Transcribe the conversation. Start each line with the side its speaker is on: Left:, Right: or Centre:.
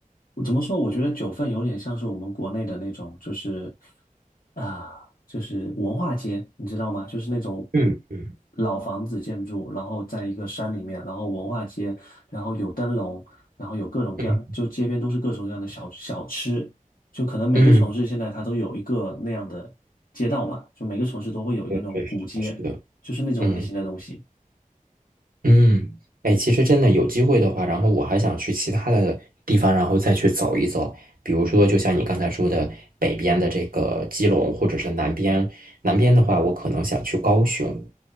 Left: 我怎么说？我觉得九份有点像是我们国内的那种，就是啊、就是文化街，你知道吗？就是那种
Right: 嗯
Left: 老房子建筑，然后在一个山里面，然后文化街，然后有灯笼，然后有各种各样，
Right: 嗯
Left: 就街边都是各种各样的小小吃，就可能每个城市现在它都有一个那样的街道嘛，
Right: 嗯，
Left: 就每个城市都会有一个那种古街，
Right: 对，是的，是的
Left: 就是那种类型的东西。
Right: 嗯。嗯，哎，其实真的有机会的话，然后我还想去其他的地方，然后再去走一走。比如说，就像你刚才说的，北边的这个基隆，或者是南边。南边的话，我可能想去高雄。